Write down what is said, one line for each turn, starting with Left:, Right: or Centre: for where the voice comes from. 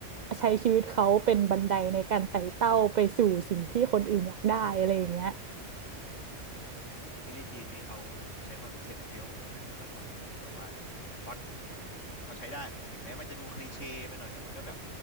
Right: ใช้ชีวิตเขาเป็นบันไดในการไต่เต้าไปสู่สิ่งที่คนอื่นอยากได้อะไรอย่างเงี้ย
Left: โอ้โห ซีรีส์จีนนี่เขาใช้คอนเซปต์เฟี้ยวเหมือนกันนะพูดตามตรงหมายถึงแบบว่าพล็อตเขาใช้ได้เหมือนกันถึงแม้มันจะดูคลีเช่ไปหน่อยแต่มันก็แบบ